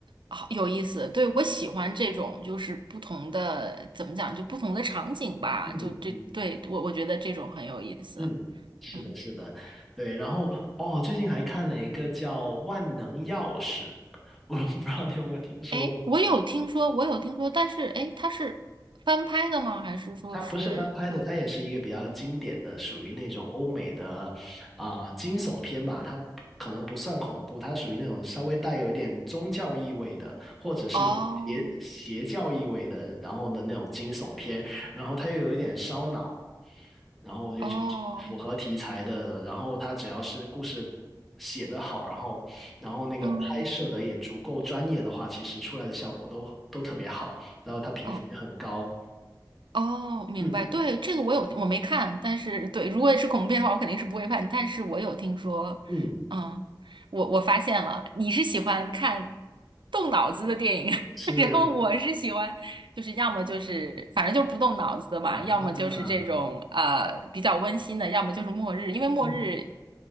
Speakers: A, on the right; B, in the centre.
A: 好有意思。对，我喜欢这种，就是不同的，怎么讲，就不同的场景吧。
B: 嗯嗯
A: 就这，对，我我觉得这种很有意思。
B: 嗯，是的，
A: 嗯，
B: 是的，对。然后哦，最近还看了一个叫《万能钥匙》，我不知道你有没有听说过。
A: 哎，我有听说，我有听说，但是哎，诶它是翻拍的吗？还是说是就
B: 它不是翻拍的，它也是一个比较经典的，属于那种欧美的啊、惊悚片吧。它可能不算恐怖，它属于那种稍微带有一点宗教意味的，或者是邪邪教意味的，
A: 哦
B: 然后的那种惊悚片。然后它又有一点烧脑，然后我就觉得符合题材的。
A: 哦，
B: 然后它只要是故事写得好，然后然后那个拍摄的也足够专业的话，
A: 嗯，
B: 其实出来的效果都都特别好，然后它评分也很高。
A: 哦哦，明白。
B: 嗯
A: 对，这个我有，我没看，但是对，如果是恐怖片的话，我肯定是不会看。但是我有听说，
B: 嗯。
A: 嗯，我我发现了，你是喜欢看动脑子的电影，
B: 是
A: <laughs> 然后我是喜欢，就是要么就是反正就是不动脑子的嘛，
B: 啊，
A: 要么就是这种呃比较温馨的，要么就是末日，因为末日，
B: 嗯